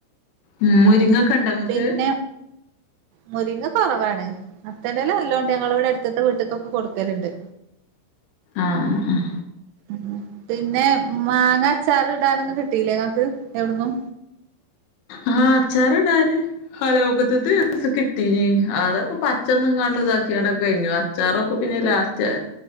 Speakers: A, on the left (about 80°); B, on the right (about 80°).
A: ഉം
B: ആഹ്
A: മുരിങ്ങൊക്കെ ഇണ്ടോ? ഇങ്ങക്ക്?
B: പിന്നെ മുരിങ്ങ കൊറവാണ് മത്തന്റെ എല നല്ലോണ്ട് ഞങ്ങളവടെ എടു ത്തെ വീട്ട്ക്കൊക്കെ കൊടുക്കല്ണ്ട്
A: ആഹ് ആഹ്
B: ഉം പിന്നെ മാങ്ങ അച്ചാറ് ഇടാനൊന്നും കിട്ടിയില്ലേ ഇങ്ങക്ക് എവിട്ന്നും?
A: ആഹ് അച്ചാറ് ഇടാന് അയ്ലോക്കത്ത്ത്തെ ഒരീസം കിട്ടീനി അതൊക്കെ പച്ച തിന്ന്ങ്ങാണ്ട് ഇതാക്കിങ്ങാണ്ടക്കെ കഴിഞ്ഞു അച്ചാറൊക്കെ പിന്നെ ലാസ്റ്റ് ആയി